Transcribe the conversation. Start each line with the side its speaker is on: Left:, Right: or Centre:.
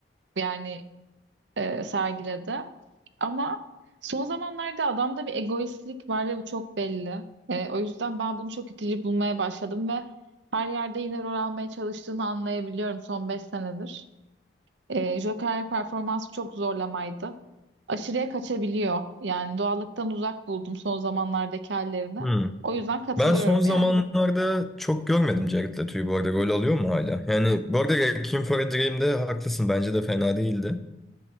Right: yani e, sergiledi. Ama son zamanlarda adamda bir egoistlik var ve bu çok belli. E, o yüzden ben bunu çok itici bulmaya başladım ve her yerde yine rol almaya çalıştığını anlayabiliyorum son 5 senedir. E, Joker performansı çok zorlamaydı. Aşırıya kaçabiliyor. Yani doğallıktan uzak buldum son zamanlardaki hallerini.
Centre: Hmm.
Right: O yüzden katılıyorum
Centre: Ben son zamanlarda
Right: yani.
Centre: çok görmedim Jared Leto'yu bu arada. Rol alıyor mu hala? Yani bu arada Requiem for a Dream'de haklısın. Bence de fena değildi.